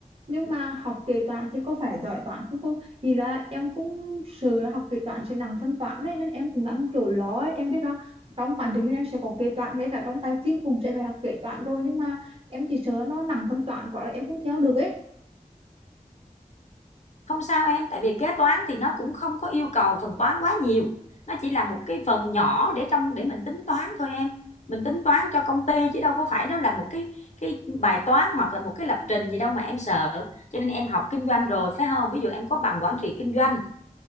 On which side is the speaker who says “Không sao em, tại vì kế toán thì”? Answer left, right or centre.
Left